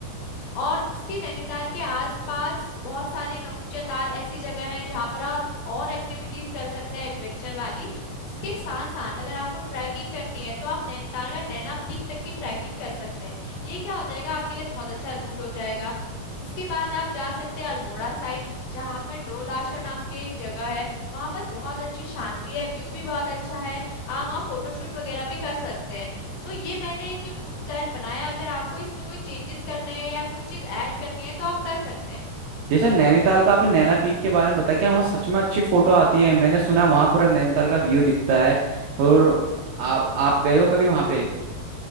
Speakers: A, on the left (about 70°); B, on the right (about 80°).
A: और उसके नैनीताल के आसपास बहुत सारे नौकुचिया ताल ऐसी जगह हैं जहाँ पर और और एक्टिविटीज कर सकते हैं एडवेंचर वाली उसके साथ साथ अगर आपको ट्रैकिंग करनी है तो आप नैनीताल में नैना पीक तक की ट्रैकिंग कर सकते हैं ये क्या हो जाएगा आपके लिए बहुत अच्छा रूट हो जाएगा उसके बाद आप जा सकते हैं अल्मोड़ा साइड जहाँ पर डोल आश्रम नाम की एक जगह है वहां पर बहुत अच्छी शांति है व्यू भी बहुत अच्छा है आप वहाँ फोटोशूट वगैरह भी कर सकते हैं तो ये मैंने एक जो रूट प्लान बनाया अगर आपको इसमें कोई चेंजेस करने हैं या कुछ चीज ऐड करनी है तो आप कर सकते हैं
B: जैसे नैनीताल का आपने नैना पीक के बारे में बताया क्या वहाँ सच में अच्छी फोटो आती है मैंने सुना है वहाँ पूरा नैनीताल का व्यू दिखता है और आ, आप गए हो कभी वहाँ पे